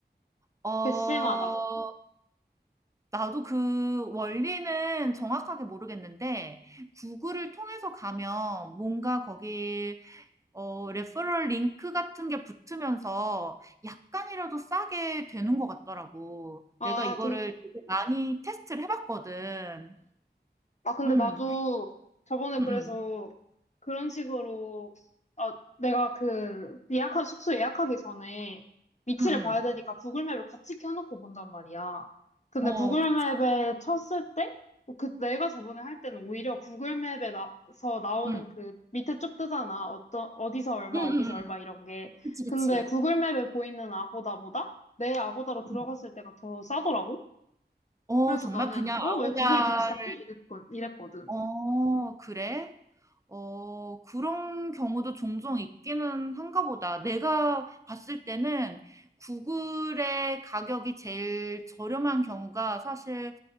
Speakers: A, on the right; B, on the left.
A: 어.
B: 개씨마다.
A: 나도 그 원리는 정확하게 모르겠는데 구글을 통해서 가면 뭔가 거기 어, 레퍼럴 링크 같은 게 붙으면서 약간이라도 싸게 되는 것 같더라고.
B: 아,
A: 내가 이거를
B: 근,
A: 되게 많이 테스트를 해봤거든.
B: 아, 근데
A: 응,
B: 나도 저번에
A: 응,
B: 그래서
A: 응,
B: 그런 식으로, 아, 내가 그 예약한, 숙소 예약하기 전에 위치를
A: 응, 응.
B: 봐야 되니까 구글맵을 같이 켜놓고 본단 말이야. 근데
A: 어,
B: 구글맵에
A: 그치.
B: 쳤을 때, 어, 그 내가 저번에 할 때는 오히려 구글맵에서 나오는
A: 응,
B: 그 밑에 쭉 뜨잖아. 어떤, 어디서 얼마,
A: 응,
B: 어디서
A: 응, 응.
B: 얼마 이런 게.
A: 그치,
B: 근데
A: 그치.
B: 구글맵에 보이는 아고다보다 내 아고다로 들어갔을
A: 응.
B: 때가 더 싸더라고.
A: 어,
B: 그래서
A: 정말
B: 나는,
A: 그냥
B: 어,
A: 아고다를,
B: 왜 구글이 더 비싸지? 이랬 이랬거든.
A: 어, 그래? 어, 그런 경우도 종종 있기는 한가 보다. 내가 봤을 때는 구글의 가격이 제일 저렴한 경우가 사실